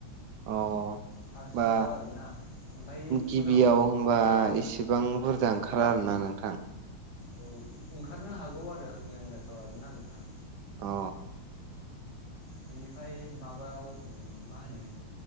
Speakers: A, on the right; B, on the left.
A: अ होमबा
B: फार्स्टआव आरोना ओमफ्राय
A: गिबियाव
B: उनाव
A: होमबा एसेबां बुर जां ओंखारा आरोना नोंथां
B: औ ओंखारनो हागौ आरो आंनि आन्दाजाव आरोना नोंथां
A: अ
B: बेनिफ्राय माबायाव मा होनो